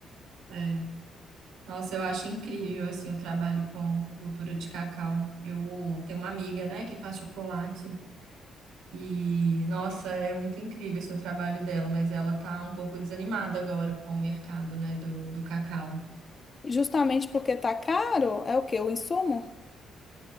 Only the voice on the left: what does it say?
Justamente porque tá caro, é o quê? O insumo?